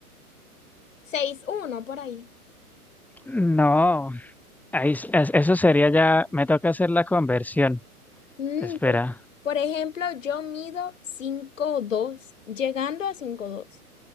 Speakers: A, on the left; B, in the centre.
A: Seis, uno, por ahí.
B: No, ahí, es- es- eso sería ya, me toca hacer la conversión.
A: Mm,
B: Espera,
A: por, por ejemplo, yo mido cinco dos llegando a cinco dos.